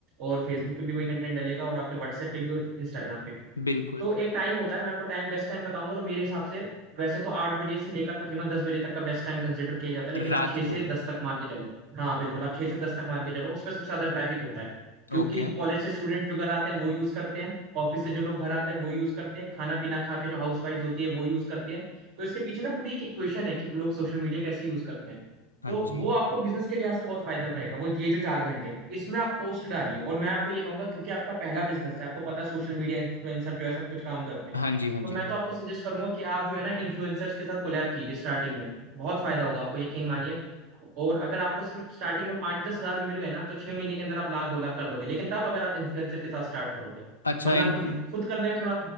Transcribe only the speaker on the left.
बिल्कुल
रात
को
ओके
हाँ
जी
हाँ जी हाँ
जी
अच्छा
इन